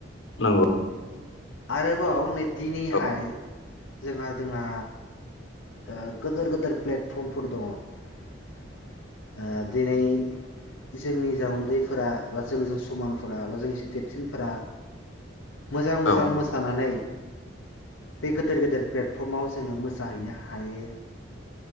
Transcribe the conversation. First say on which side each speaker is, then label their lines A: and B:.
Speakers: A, on the left; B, on the left.
A: नंगौ
B: आरोबाव नै दिनैहाय
A: औ
B: जोंहा जोंहा ओ गोदोर गोदोर प्लेटफर्मफोर दङ। ओ दिनै जोंनि जा उन्दैफोरा बा जोंजों समानफोरा बा जोंनि देरसिनफोरा मोजां मोजां
A: औ
B: मोसानानै बे गेदेर गेदेर प्लेटफर्माव जोङो मोसाहैनो हायो